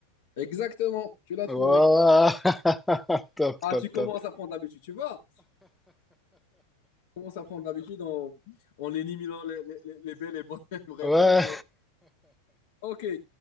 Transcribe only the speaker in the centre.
Ouah, <laughs> Top,
top,
top.
Ouais.